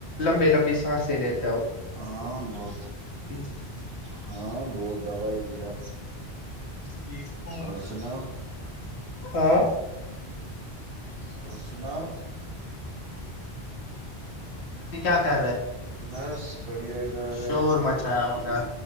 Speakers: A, on the left; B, on the right.
A: لمبے لمبے سانسیں لیتے
B: ہاں بہت
A: ہے
B: ہاں بہت دوائی لیا
A: جی تو
B: اور سناو
A: ہاں
B: اور سناؤ
A: یہ کیا کہ
B: بس بڑھیا جا رہا
A: شور
B: ہے
A: مچایا ہوگا